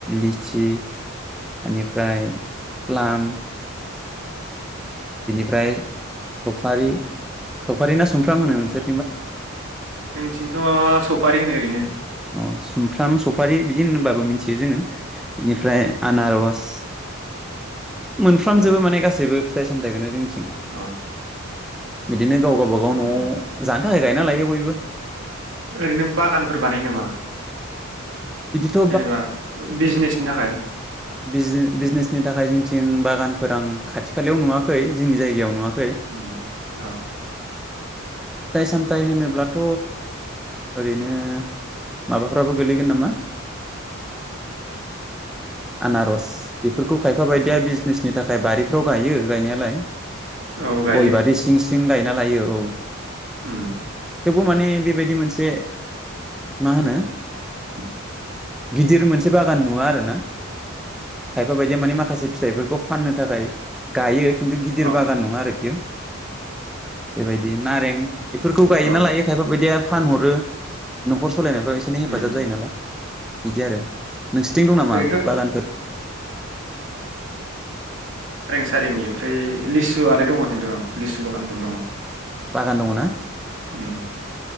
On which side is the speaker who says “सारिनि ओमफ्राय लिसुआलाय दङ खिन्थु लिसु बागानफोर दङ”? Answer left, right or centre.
Right